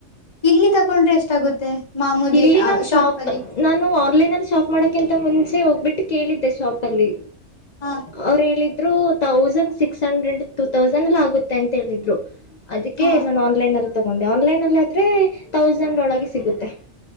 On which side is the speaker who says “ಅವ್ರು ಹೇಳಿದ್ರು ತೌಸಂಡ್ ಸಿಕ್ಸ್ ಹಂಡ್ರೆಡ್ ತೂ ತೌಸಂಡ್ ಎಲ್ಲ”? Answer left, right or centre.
Left